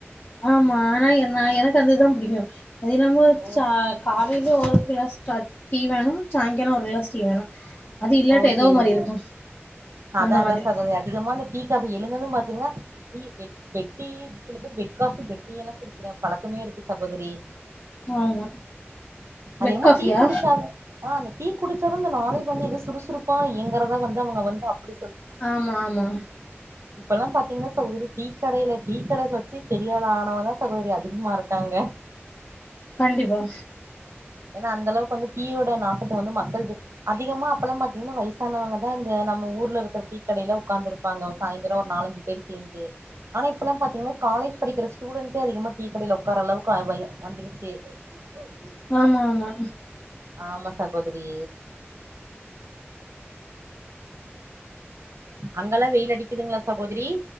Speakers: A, on the left; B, on the right.
A: ஆமா ஆனா என்ன எனக்கு அதுதா புடிக்கு தினமு
B: ஓ
A: ச காலையில ஒரு ஃப்ளாஸ் டா டீ வேணு சாய்ங்காலோ ஒரு கிளாஸ் டீ வேண அது இல்லாட்ட
B: ஓ
A: ஏதோ
B: சேரிங்க
A: மாதிரி இருக்கு
B: அதா
A: அந்த
B: அதா
A: மாதிரி
B: சகோதரி அதிகமா இந்த டீ காஃபி எழுந்தது பாத்தீங்கன்னா டீ பெட் டி சில பேர் பெட் காஃபி பெட் டி எல்லா குடிக்கிற பழக்கமே இருக்கு சகோதரி
A: ஆமா
B: அதனமோ
A: பெட் காஃபியா
B: டீ குடிச்சாவ் ஆ டீ குடிச்சாத இந்த நாளே வந்து எத சுறுசுறுப்பா இயங்கறதா வந்து அவங்க வந்து அப்டி
A: ஆமா ஆமா
B: இப்ப எல்லா பாத்தீங்கன்னா சகோதரி டீக்கடையில டீக்கட வச்சு பெரியாலா ஆனவ தா சகோதரி அதிகமா இருக்காங்க
A: கண்டிப்பா
B: ஏன்னா அந்த அளவுக்கு வந்து டீயோட நாத்தத்த வந்து மக்கள் அதிகமா அப்ப எல்லா பாத்தீங்கன்னா வயசானவங்க தா இந்த நம்ம ஊர்ல இருக்கிற டீ கடையில உக்காந்து இருப்பாங்க சாயந்திரோ ஒரு நாலஞ்சு பேர் சேர்ந்து ஆனா இப்ப எல்லா பாத்தீங்கன்னா காலேஜ் படிக்கிற ஸ்டூடண்டே அதிகமா டீ கடையில் உக்கார்ற அளவுக்கு வந்துருச்சு <inaudible>
A: ஆமா ஆமா
B: ஆமா சகோதரி அங்கெல்லா வெயில் அடிக்குதுங்களா சகோதரி